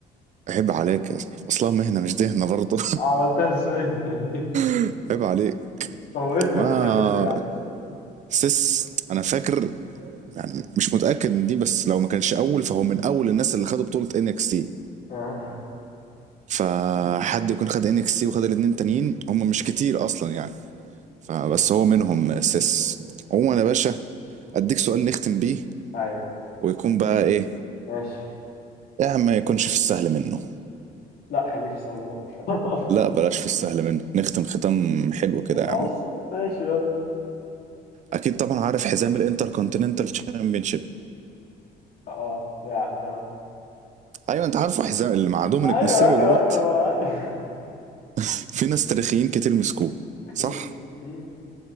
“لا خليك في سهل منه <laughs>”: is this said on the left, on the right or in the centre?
Left